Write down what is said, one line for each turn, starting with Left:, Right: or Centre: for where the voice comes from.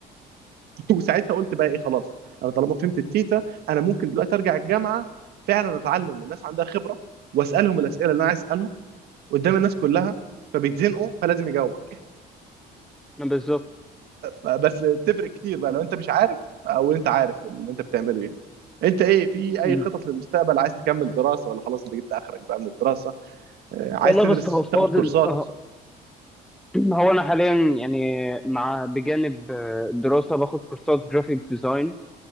Right: <laughs> وساعتها قلت بقى ايه خلاص انا طالما فهمت التيتا انا ممكن دلوقتي ارجع الجامعه فعلا اتعلم من الناس عندها خبره واسالهم الاسئله اللي انا عايز اسالهم قدام الناس كلها فبيتزنقوا فلازم يجاوبك
Centre: بالظبط
Right: فبس بتفرق كتير بقى لو انت مش عارف او انت عارف اللي انت بتعمله يعني انت ايه في اي
Centre: مم.
Right: خطط للمستقبل عايز تكمل دراسة ولا خلاص انت جبت اخرك بقى من الدراسة آه، عايز
Centre: والله
Right: تدرس
Centre: بص هو فاضل
Right: تاخد كورسات
Centre: اه <clears throat> هو انا حاليا يعني مع بجانب آه، الدراسه باخد كورسات جرافيك ديزاين